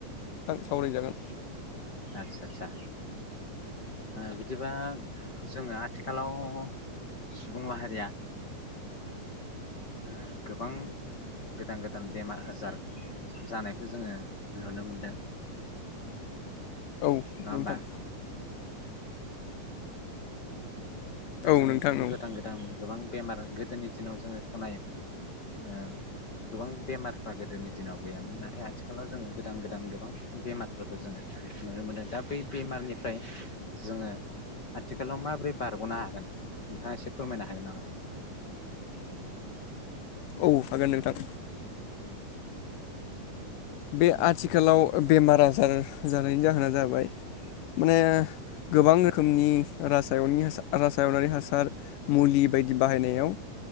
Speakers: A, on the left (about 85°); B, on the left (about 40°).
A: सावराय जागोन।
B: आदचा-आदचा बिदिबा जोङो आथिखालाव सुबुं माहारिया ओ गोबां गोदान-गोदान बेमार आजार जानायखौ जोङो नुनो मोनदों।
A: औ
B: नङा होनबा।
A: नोंथां
B: दा
A: औ
B: जोङो
A: नोंथां
B: बेखौनो
A: औ
B: गोदान-गोदान गोबां बेमार गोदोनि दिनाव जोङो खोनायोमोन ओ गोबां बेमारफ्रा गोदोनि दिनाव गैयामोन नाथाय आथिखालाव जोङो गोदान-गोदान गोबां बेमारफोरखौ जोङो नुनो मोनो। दा बै बेमारनिफ्राय जोङो आथिखालाव माबोरै बारगनो हायो। गोन नोंथाङा एसे फोरमायनो हागोन नामा।
A: औ हागोन नोंथां। बे
B: औ
A: आथिखालाव- बेमार आजार जानायनि जाहोना जाबाय माने गोबां रोखोमनि रासायना रासायनारि हासार मुलि बायदि बाहायनायाव